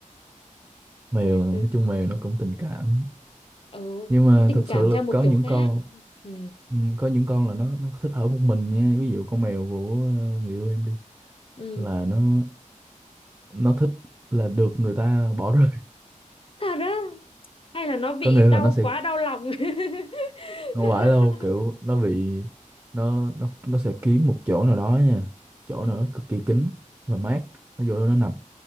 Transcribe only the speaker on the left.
<laughs> chứ
ừ
nó tình
cảm
theo một
kiểu
khác
ừ
ừ
thật á hay là nó bị
đau
quá đau lòng <laughs>
Quá
đau
lòng.
ừ